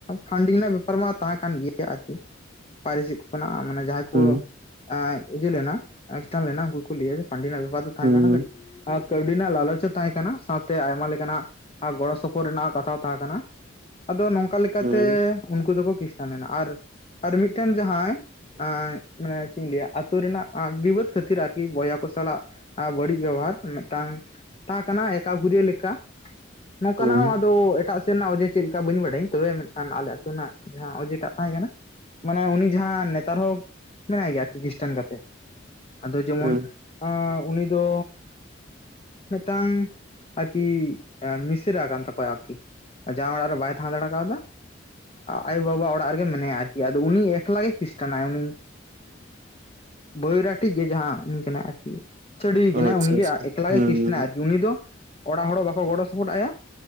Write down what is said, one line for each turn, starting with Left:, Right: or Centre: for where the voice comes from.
Left: ᱯᱷᱟᱱᱰᱤᱝ ᱨᱮᱱᱟᱜ ᱵᱮᱯᱟᱨ ᱢᱟ ᱛᱟᱸᱦᱮ ᱠᱟᱱ ᱜᱮᱭᱟ ᱟᱨᱠᱤ ᱵᱟᱦᱨᱮ ᱥᱮᱫ ᱠᱷᱚᱱᱟᱜ ᱢᱟᱱᱮ ᱡᱟᱸᱦᱟᱭ ᱠᱚ,
Right: ᱦᱩᱸ
Left: ᱮ ᱤᱫᱤ ᱞᱮᱱᱟ ᱟᱴᱠᱟᱨ ᱞᱮᱱᱟ ᱩᱱᱠᱩ ᱠᱚ ᱞᱟᱹᱭᱟ ᱯᱷᱟᱱᱰᱤᱝ ᱨᱮᱱᱟᱜ ᱵᱮᱯᱟᱨ ᱫᱚ ᱛᱟᱸᱦᱮ
Right: ᱦᱩᱸ
Left: ᱠᱟᱱᱟ ᱠᱟᱹᱴᱤᱡ᱾ ᱠᱟᱹᱣᱰᱤ ᱨᱮᱱᱟᱜ ᱞᱟᱞᱚᱪ ᱦᱚ ᱛᱟᱸᱦᱮ ᱠᱟᱱᱟ ᱥᱟᱶᱛᱮ ᱟᱭᱢᱟ ᱞᱮᱠᱟᱱᱟᱜ ᱜᱚᱲᱚ ᱥᱚᱯᱚ ᱨᱮᱱᱟᱜ ᱠᱟᱛᱷᱟ ᱦᱚ ᱛᱟᱸᱦᱮ ᱠᱟᱱᱟ᱾ ᱟᱫᱚ ᱱᱚᱝᱠᱟ ᱞᱮᱠᱟᱛᱮ
Right: ᱦᱩᱸ
Left: ᱩᱱᱠᱩ ᱫᱚᱠᱚ ᱠᱷᱤᱥᱴᱟᱱ ᱮᱱᱟ ᱟᱨ ᱟᱨ ᱢᱤᱫᱴᱮᱱ ᱡᱟᱸᱦᱟᱭ, ᱢᱟᱱᱮ ᱪᱮᱫ ᱤᱧ ᱞᱟᱹᱭᱟ ᱟᱹᱛᱩ ᱨᱮᱱᱟᱜ ᱵᱤᱵᱟᱹᱫ ᱠᱷᱟᱹᱛᱤᱨ ᱟᱨᱠᱤ ᱵᱚᱭᱦᱟ ᱠᱚ ᱥᱟᱞᱟᱜ, ᱟᱨ ᱵᱟᱹᱲᱤᱡ ᱵᱮᱵᱚᱦᱟᱨ ᱢᱤᱫᱴᱟᱝ ᱛᱟᱸᱦᱮ ᱠᱟᱱᱟ ᱮᱠᱟᱜᱷᱩᱨᱤᱭᱟᱹ ᱞᱮᱠᱟ, ᱱᱚᱝᱠᱟᱱᱟᱜ
Right: ᱦᱩᱸ
Left: ᱦᱚᱸ ᱟᱫᱚ ᱮᱴᱟᱜ <inaudible> ᱨᱮᱱᱟᱜ ᱚᱡᱮ ᱪᱮᱫ ᱞᱮᱠᱟ ᱵᱟᱹᱧ ᱵᱟᱲᱟᱭᱟ ᱛᱚᱵᱮ ᱟᱞᱮ ᱟᱹᱛᱩ ᱨᱮᱱᱟᱜ ᱡᱟᱸᱦᱟ ᱚᱡᱮᱴᱟᱜ ᱛᱟᱸᱦᱮ ᱠᱟᱱᱟ᱾ ᱢᱟᱱᱮ ᱩᱱᱤ ᱡᱟᱸᱦᱟ ᱱᱮᱛᱟᱨ ᱦᱚᱸ ᱢᱮᱱᱟᱭ ᱜᱮᱭᱟ ᱟᱨᱠᱤ ᱠᱷᱤᱥᱴᱟᱱ ᱠᱟᱛᱮᱜ ᱟᱫᱚ ᱡᱮᱢᱚᱱ,
Right: ᱦᱩᱸ
Left: ᱦᱚᱸ ᱩᱱᱤ ᱫᱚ, ᱢᱤᱫᱴᱟᱝ ᱟᱨᱠᱤ ᱢᱤᱥᱨᱟ ᱠᱟᱱ ᱛᱟᱠᱚᱣᱟ ᱟᱨᱠᱤ, ᱡᱟᱸᱣᱟᱭ ᱚᱲᱟᱜ ᱨᱮ ᱵᱟᱭ ᱛᱟᱸᱦᱮ ᱫᱟᱲᱮ ᱠᱟᱣᱫᱟ ᱟᱭᱳᱼᱵᱟᱵᱟ ᱚᱲᱟᱜ ᱨᱮᱜᱮ ᱢᱮᱱᱟᱭᱟ ᱟᱨᱠᱤ᱾ ᱟᱫᱚ ᱩᱱᱤ ᱮᱠᱞᱟᱜᱮ ᱠᱷᱤᱥᱴᱟᱱᱟᱭ ᱩᱱᱤ, ᱵᱳᱨᱟᱴᱤᱡ ᱜᱮ ᱡᱟᱸᱦᱟ ᱩᱱᱤ ᱠᱟᱱᱟᱭ ᱟᱨᱠᱤ ᱪᱷᱟᱹᱰᱩᱣ ᱠᱟᱱᱟᱭ
Right: ᱚ ᱟᱪᱪᱷᱟ
Left: ᱩᱱᱤᱜᱮ
Right: ᱟᱪᱪᱷᱟ
Left: ᱮᱠᱞᱟ
Right: ᱦᱩᱸ
Left: ᱜᱮ ᱠᱷᱤᱥᱴᱱᱟᱭ ᱟᱨᱠᱤ, ᱩᱱᱤ ᱫᱚ ᱚᱲᱟᱜ ᱦᱚᱲ ᱦᱚ ᱵᱟᱠᱚ ᱜᱚᱲᱚ ᱥᱚᱯᱚᱴ ᱟᱭᱟ,